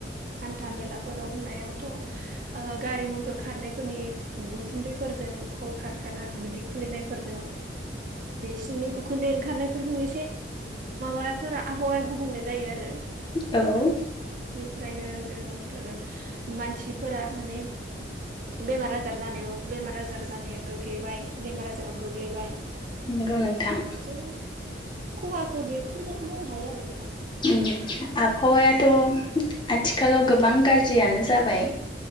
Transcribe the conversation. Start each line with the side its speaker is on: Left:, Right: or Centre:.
Right: हान्था मेलाफोराव होननायावथ' गारि मथर खारनायफोरनि उखुन्दैफोरजों नों कलकारकाना बिदि खुलिनायफोरजों बिसिोरनि उखुन्दै ओंखारनायफोरजों एसे माबाफोरा आबहावाया गुबुंले जायो आरो
Left: औ
Right: ओमफ्रायनो जोंफोरो मानसिफोरा माने बेमार आजार जानायाव बेमार आजार जानाया गोग्लैबाय बेमार आजाराव गोग्लैबाय
Left: नंगौ नोंथां
Right: बिदिनो खहाखौ बेफोरखौनो बुंनो हायो आरो नोंथां
Left: ओम आबहावायाथ' आथिखालाव गोबां गाज्रियानो जाबाय